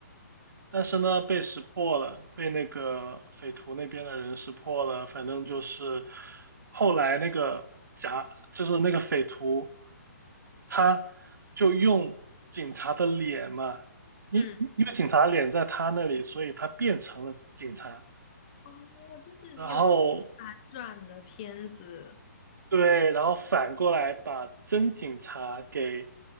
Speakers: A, on the right (about 85°); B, on the left (about 20°).
A: 但是呢，被识破了，被那个匪徒那边的人识破了。反正就是后来那个假，就是那个匪徒，他就用警察的脸嘛，因因为警察的脸在他那里，
B: 嗯，
A: 所以他变成了警察。
B: 哦，就是有这种反转的片子，
A: 然后对，然后反过来把真警察给